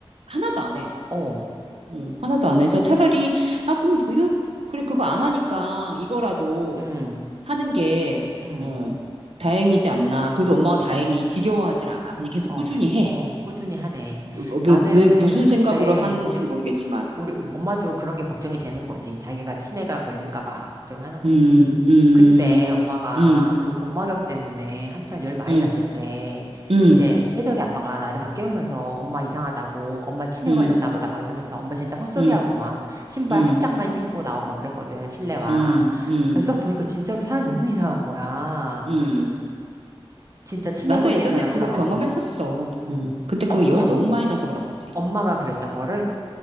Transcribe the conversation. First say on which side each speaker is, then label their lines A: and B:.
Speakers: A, on the right; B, on the right.
A: 하나도 안 해.
B: 어,
A: 음, 하나도 안 해서 차라리, 아, 그럼 이거, 그래, 그거 안 하니까 이거라도
B: 응,
A: 하는 게,
B: 응,
A: 어, 다행이지 않나. 그래도 엄마가
B: 어,
A: 다행히 지겨워하질 않아. 그냥 계속
B: 어,
A: 꾸준히
B: 시-
A: 해.
B: 어, 꾸준히 하네.
A: 어,
B: 나는
A: 왜, 왜 무슨
B: 그때
A: 생각으로 하는지는
B: 우리
A: 모르겠지만.
B: 우리
A: 음,
B: 엄마도 그런 게 걱정이 되는 거지. 자기가 치매가 걸릴까 봐 걱정하는 거지.
A: 음, 음,
B: 그때 엄마가
A: 음,
B: 그 복막염 때문에 한창 열 많이
A: 음,
B: 났을 때
A: 음,
B: 이제 새벽에 아빠가 나를 막 깨우면서 엄마 이상하다고 엄마 치매
A: 음,
B: 걸렸나 보다 막 이러면서 엄마 진짜 헛소리하고
A: 음,
B: 막 신발
A: 음, 음,
B: 한 짝만 신고 나오고 막 그랬거든. 실내화.
A: 음, 음.
B: 그래서 딱 보니까 진짜로 사람이 너무 이상한 거야.
A: 음.
B: 진짜 치매
A: 나도
B: 걸린
A: 예전에
B: 사람처럼.
A: 그거 경험했었어.
B: 음.
A: 음. 근데 그
B: 엄,
A: 열
B: 엄,
A: 너무 많이 나서 그런 거지.
B: 엄마가 그랬던 거를